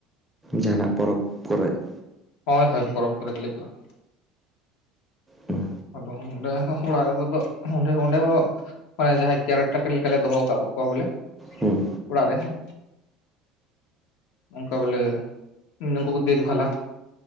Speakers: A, in the centre; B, on the left (about 70°).
A: ᱡᱟᱦᱟᱱᱟᱜ ᱯᱚᱨᱚᱵᱽ ᱠᱚᱨᱮᱜ ᱾
B: ᱦᱚᱭ ᱦᱚᱭ ᱯᱚᱨᱚᱵᱽ ᱠᱚᱨᱮ ᱜᱮᱞᱮ ᱪᱟᱞᱟᱜ-ᱟ᱾
A: ᱦᱩᱸ,
B: ᱟᱫᱚ ᱚᱸᱰᱮ ᱦᱚᱸ ᱚᱲᱟᱜ ᱨᱮᱫᱚ ᱚᱸᱰᱮ ᱚᱸᱰᱮ ᱦᱚᱸ ᱢᱟᱱᱮ ᱡᱟᱦᱟᱸᱭ ᱠᱮᱭᱟᱨ ᱴᱮᱠᱟᱨ ᱞᱮᱠᱟᱞᱮ ᱫᱚᱦᱚ ᱟᱠᱟᱫ ᱠᱚᱣᱟ ᱵᱚᱞᱮ
A: ᱦᱩᱸ,
B: ᱚᱲᱟᱜ ᱨᱮᱦᱚᱸ᱾ ᱚᱝᱠᱟ ᱵᱚᱞᱮ ᱱᱩᱝᱠᱩ ᱠᱚ ᱫᱮᱠᱷᱼᱵᱷᱟᱞᱟ᱾